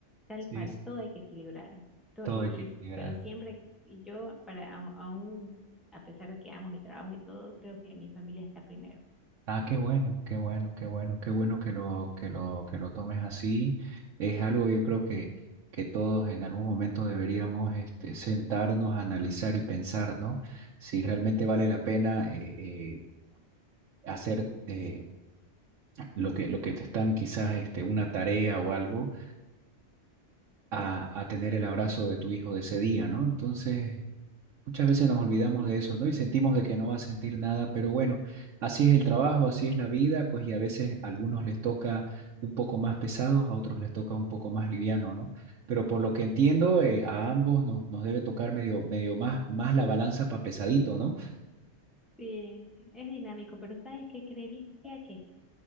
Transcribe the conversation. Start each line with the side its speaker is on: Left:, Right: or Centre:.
Centre: Tal
Right: Sí,
Centre: cual,
Right: sí,
Centre: todo hay que equilibrar. To-
Right: todo
Centre: y,
Right: hay que equilibrar.
Centre: y- pero siempre y yo, para a- aún, a pesar de que amo mi trabajo y todo, creo que mi familia está primero.
Right: Ah, qué bueno, qué bueno, qué bueno, qué bueno que lo, que lo, que lo tomes así. Es algo yo creo que, que todos en algún momento deberíamos este, sentarnos a analizar y pensar, ¿no? Si realmente vale la pena eh, eh, hacer eh, lo que, lo que te están quizás este, una tarea o algo, a, a tener el abrazo de tu hijo de ese día, ¿no? Entonces, Muchas veces nos olvidamos
Centre: Sí,
Right: de eso, ¿no? Y sentimos de que no va a sentir nada, pero bueno, así es el trabajo, así es la vida, pues y a veces a algunos les toca un poco más pesados, a otros les toca un poco más liviano, ¿no? Pero por lo que entiendo, eh, a ambos nos, nos debe tocar medio, medio más, más la balanza para pesadito, ¿no?
Centre: sí, es dinámico, pero ¿sabes qué? Creería que